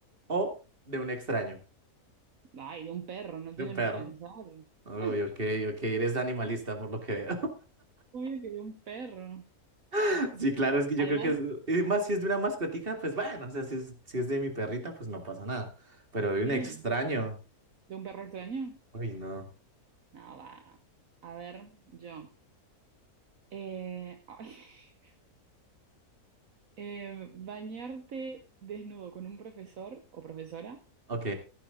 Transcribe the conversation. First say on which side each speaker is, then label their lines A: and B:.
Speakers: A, on the right (about 35°); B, on the right (about 65°).
A: o de un extraño?
B: Ay, de un perro, no
A: De
B: tengo
A: un perro.
B: ni que pensar.
A: Uy,
B: <laughs>
A: ok, ok, eres animalista por lo que veo.
B: Obvio que de un perro.
A: <laughs> Sí, claro, es que yo
B: Además,
A: creo que es, y más si es de una mascotica, pues bueno, o sea, si es, si es de mi perrita, pues no pasa nada. Pero de
B: sí,
A: un extraño,
B: de un perro extraño.
A: uy, no.
B: No, va. A ver, yo. Eh, ay. <laughs> Eh, bañarte desnudo con un profesor o profesora
A: Ok.